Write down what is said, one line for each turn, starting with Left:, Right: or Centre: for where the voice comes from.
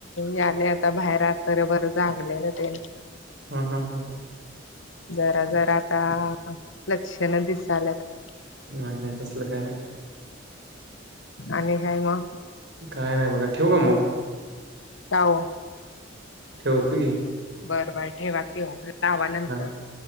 Left: यालय आता बाहेर आ रात्रभर जागलेल‌ ते.
Right: हम् हम्.
Left: जरा, जरा आता लक्षण दिसाल्यात.
Right: नाही, नाही तसलं काही नाही.
Left: आणि काय मग?
Right: काय नाही बघा ठेवू का मग?
Left: का ओ?
Right: ठेवतो की.
Left: बरं, बर ठेवा, ठेवा लावा नंतर.
Right: हा